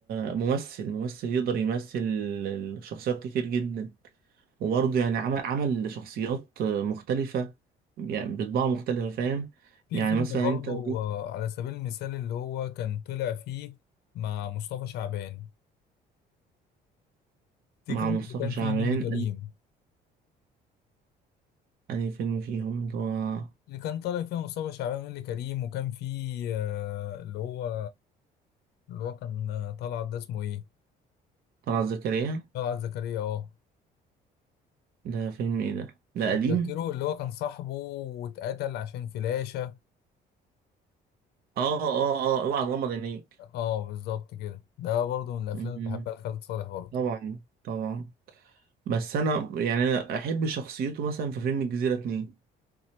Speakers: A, on the right (about 60°); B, on the left (about 70°).
A: آه، ممثل ممثل يقدر يمثل شخصيات كتير جدا وبرضه يعني عمل عمل شخصيات مختلفة يعني بطباع مختلفة فاهم
B: في
A: يعني
B: فيلم
A: مثلا
B: برضو
A: أنت لو جيت
B: آه، على سبيل المثال اللي هو كان طلع فيه مع مصطفى شعبان تفتكر
A: مع
B: اللي
A: مصطفى
B: كان
A: شعبان
B: فيه نيللي كريم
A: أنهي فيلم فيهم اللي هو
B: اللي كان طالع فيها مصطفى شعبان ونيلي كريم وكان فيه آه، اللي هو اللي هو كان آه، طلعت ده اسمه ايه؟
A: طلعت زكريا
B: طلعت زكريا اه
A: ده فيلم إيه ده؟ ده
B: مش
A: قديم؟
B: متذكره اللي هو كان صاحبه واتقتل عشان فلاشة
A: آه آه آه أوعى تغمض عينيك
B: اه بالظبط كده ده برضه من الافلام
A: مم.
B: اللي بحبها لخالد صالح برضه
A: طبعا طبعا بس أنا يعني أنا أحب شخصيته مثلا في فيلم الجزيرة اتنين